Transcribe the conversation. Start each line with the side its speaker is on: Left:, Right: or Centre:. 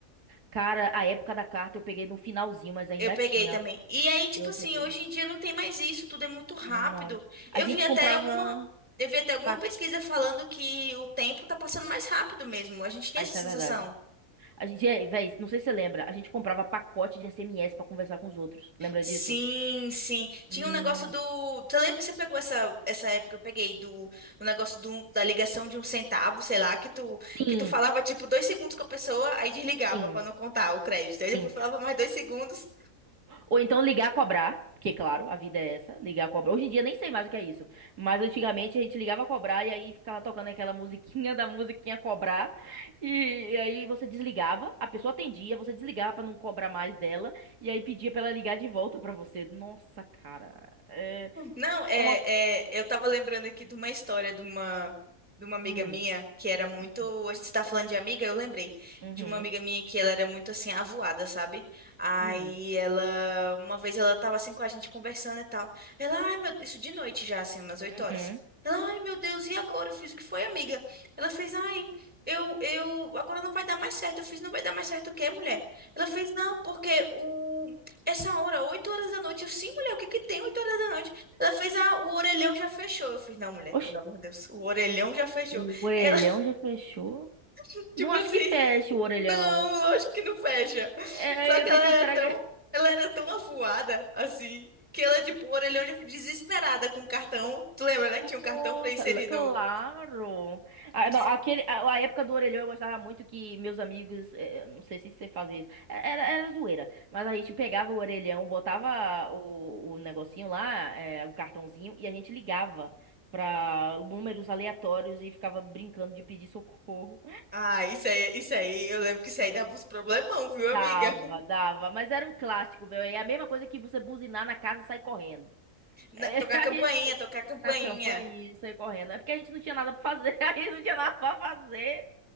Right: cara, a época da carta eu peguei no finalzinho, mas ainda
Centre: Eu peguei
Right: tinha.
Centre: também. E aí, tipo
Right: Eu
Centre: assim,
Right: peguei.
Centre: hoje em dia não tem mais isso, tudo é muito rápido.
Right: Não. A
Centre: Eu
Right: gente
Centre: vi até
Right: comprava.
Centre: alguma, eu vi até alguma
Right: pa-
Centre: pesquisa falando que o tempo tá passando mais rápido mesmo. A gente tem
Right: Ah,
Centre: essa
Right: isso
Centre: sensação.
Right: é verdade. A gente, é, véi, não sei se você lembra, a gente comprava pacote de SMS pra conversar com os outros. Lembra
Centre: Sim,
Right: disso?
Centre: sim. Tinha
Right: Não.
Centre: um negócio do, você lembra, você pegou essa essa época que eu peguei do, do negócio do, da ligação de um centavo, sei lá, que tu
Right: Sim,
Centre: que tu falava tipo dois segundos com a pessoa, aí desligava
Right: sim,
Centre: pra não contar o crédito. Aí
Right: sim.
Centre: depois falava mais dois segundos
Right: Ou então ligar a cobrar, porque, claro, a vida é essa, ligar a cobrar. Hoje em dia nem sei mais o que é isso, mas antigamente a gente ligava a cobrar e aí ficava tocando aquela musiquinha da musiquinha cobrar, e, e aí você desligava, a pessoa atendia, você desligava pra não cobrar mais dela, e aí pedia pra ela ligar de volta pra você. Nossa, cara, é,
Centre: Não, é,
Right: é uma...
Centre: é, eu tava lembrando aqui de uma história de uma, de uma amiga
Right: Hum,
Centre: minha que era muito.
Right: hum,
Centre: A gente tá falando de amiga, eu lembrei
Right: uhum.
Centre: de uma amiga minha que ela era muito assim, avoada, sabe? Aí
Right: Hum,
Centre: ela, uma vez ela tava assim com a gente conversando e tal. Ela, ai meu, isso de noite já, assim, umas oito
Right: uhum.
Centre: horas. Ela, ai meu Deus, e agora? Eu fiz o que foi, amiga? Ela fez, ai, eu, eu, agora não vai dar mais certo. Eu fiz, não vai dar mais certo o quê, mulher? Ela fez, não, porque o, essa hora, 8 horas da noite. Eu, sim, mulher, o que que tem 8 horas da noite? Ela fez a, o orelhão já fechou. Eu fiz, não, mulher,
Right: Oxi,
Centre: pelo amor de Deus, o orelhão já fechou.
Right: o orelhão
Centre: Ela,
Right: já fechou?
Centre: <laughs> tipo
Right: Não acho
Centre: assim,
Right: que feche o orelhão.
Centre: não, lógico que não fecha.
Right: É,
Centre: Só que
Right: eu pensei,
Centre: ela era
Right: será
Centre: tão,
Right: que.
Centre: ela era tão avoada, assim, que ela, tipo, o orelhão já desesperada com o cartão. Tu lembra, né, que tinha um cartão
Right: Nossa,
Centre: pra inserir
Right: l- claro!
Centre: no.
Right: Ah,
Centre: de-
Right: não, aquele, a, a época do orelhão eu gostava muito que meus amigos. eh, eh, não sei se você fazia isso. É- Era, era zoeira. Mas a gente pegava o orelhão, botava o, o negocinho lá, eh, o cartãozinho, e a gente ligava pra números aleatórios e ficava brincando de pedir socorro.
Centre: Ah, isso aí, isso aí, eu lembro que isso aí dava uns problemão, viu, amiga?
Right: Dava, dava, mas era um clássico, velho. É a mesma coisa que você buzinar na casa e sair correndo.
Centre: <laughs> Na-
Right: É,
Centre: tocar
Right: <laughs> a
Centre: campainha,
Right: gente
Centre: tocar campainha.
Right: na campainha e sair correndo. É porque a gente não tinha nada pra fazer. <laughs> A gente não tinha nada pra fazer.